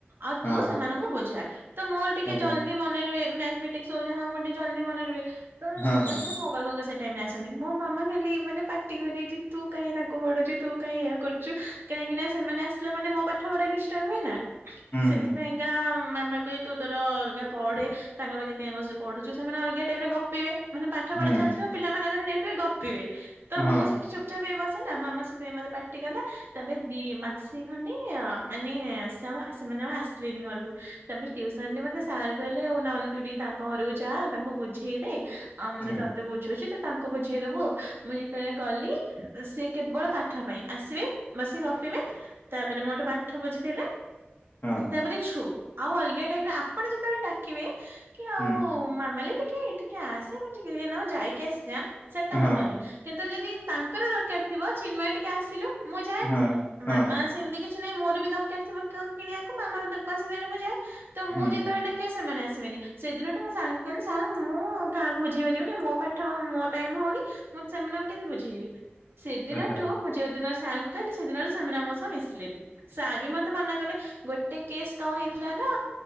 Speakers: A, on the right (about 65°); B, on the left (about 50°).
A: ଆଉ
B: ହଁ
A: ତୁ ସେମାନଙ୍କୁ ବୁଝା ତ ମୋର ଟିକେ
B: ଆଚ୍ଛା
A: ଜଲଦି ମନେ ରୁହେ ମାଥମେଟିକ୍ସ୍ ହୋଉ ଯାହହୋଉ ମୋର ଟିକେ ଜଲଦି ମନେ ରୁହେ। ତ
B: ହଁ
A: ସମସ୍ତେ
B: ହଁ।
A: ମୋ ପାଖକୁ ସେ ଟାଇମରେ ଆସେନି ମୋ ମାମା ଖାଲି ମାନେ ପାଟି କରିଚି ତୁ କାଇଁ ତାଙ୍କୁ ପଢ଼ଉଛୁ ତୁ କାଇଁ ଏଇଆ କରୁଚୁ କାହିଁକି ନା ସେମାନେ ଆସିଲା ମାନେ ମୋ ପାଠ ପଢ଼ା ଡିସ୍ଟର୍ବ ହୁଏ ନା ସେଥିପାଇଁକା
B: ହୁଁ
A: ମାମା କୁହେ ତୁ ତୋର ଅଲଗା ପଢେ ତାଙ୍କ ପାଖେ କାଇଁ ବସି ପଢୁଚୁ ସେମାନେ ଅଲଗା ଟାଇମରେ ଗପିବେ ମାନେ ପାଠ
B: ହୁଁ
A: ପଢା ଚାଲଥିବ ପିଲାମାନଙ୍କ କଥା ଜାଣଥିବେ ଗପିବେ ତ
B: ହୁଁ ହଁ
A: ମୁଁ ସେଠି ଚୁପଚାପ ହେଇ ବସେ ନା ମାମା ସେଥିପାଇଁ ମତେ ପା କଟିଗଲା ତାପରେ ଦି ମାସେ ଖଣ୍ଡେ ଆ ମାନେ ସେ ଆଉ ସେମାନେ ଆଉ ଆସିଲେନି ଘରକୁ। ତାପରେ ଟ୍ୟୁସନରେ ମତେ ସାର୍ କହିଲେ ଆଉ ନହଲେ ତୁ ଟିକେ ତାଙ୍କ ଘରକୁ ଯା ତାଙ୍କୁ ବୁଝେଇଦେ। ଆଉ ମୁଁ
B: ହୁଁ ହୁଁ
A: ବି ତତେ ବୁଝୋଉଚି ତୁ ତାଙ୍କୁ ବୁଝେଇଦୋବୁ ଆଉ ମୁଁ ଯେତେବେଳେ ଗଲି ସେ କେବଳ ପାଠ ପାଇଁ ଆସିବେ ବସି ଗପିବେ ତାପରେ ମୋଠୁ ପାଠ ବୁଝିଦେଲେ
B: ହଁ
A: ତାପରେ ଛୁ। ଆଉ ଅଲଗା ଟାଇମରେ ଆପଣ ଯେତେବେଳେ ଡାକିବେ କି ଆଉ
B: ହୁଁ
A: ମାମାଲି ଟିକେ ଏଠିକି ଆସେ ମ ଟିକେ ଟିକେ ନାକୁ ଯାଇକି ଆସିିବା ସେଟା
B: ହଁ
A: ହବନି କିନ୍ତୁ ଯଦି ତାଙ୍କର ଦରକାର ଥିବ ଚିନ୍ମୟୀ ଟିକେ ଆସିଲୁ ମୁଁ ଯାଏ
B: ହଁ ହଁ
A: ମାମା ସେମିତିକି କିଛି ନାଇଁ ମୋର ବି ଦରକାର ଥିବ କଣ କିଣିବାକୁ ମାମା ମତେ ପଇସା ଦେଲେ ମୁଁ ଯାଏ, ତ ମୁଁ
B: ହୁଁ
A: ଯେତେବେଳେ ଡାକିବ ସେମାନେ ଆ ଆସିବେନି ସେଦିନଠୁ ମୁଁ ସାର୍ ଙ୍କୁ କହିଲି ସାର୍ ମୁଁ କାହାକୁ ବୁଝେଇପାରି ବିନି ମୋ ପାଠ ମୋ ଟାଇମ ହୋଉନି ମୁଁ ସେମାନଙ୍କୁ କେମିତି ବୁଝେଇବି। ସେଦିନଠୁ
B: ଆଚ୍ଛା
A: ମୁଁ ଯୋଉ ଦିନ ସାର୍ ଙ୍କୁ କହିଲି ସେଦିନରୁ ସେମାନେ ମୋ ସହ ମିଶିଲେନି ସାର୍ ବି ମ ତ ମନା କଲେ ଗୋଟେ କେସ୍ କଣ ହେଇଥିଲା ନାଁ